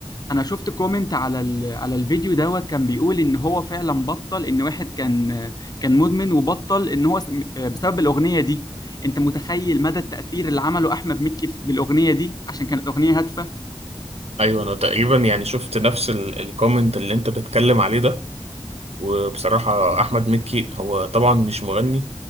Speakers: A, on the left; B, on the right.
A: انا شفت كومنت على ال... على الفيديو دوت كان بيقول ان هو فعلا بطل ان واحد كان آه، كان مدمن وبطل ان هو س- آه، بسبب الاغنية دي انت متخيل مدى التأثير اللي عمله احمد مكي في- بالاغنية دي عشان كانت اغنية هادفة
B: ايوه انا تقريبا يعني شفت نفس الكومنت اللي انت بتتكلم عليه ده وبصراحة أحمد مكي هو طبعا مش مغني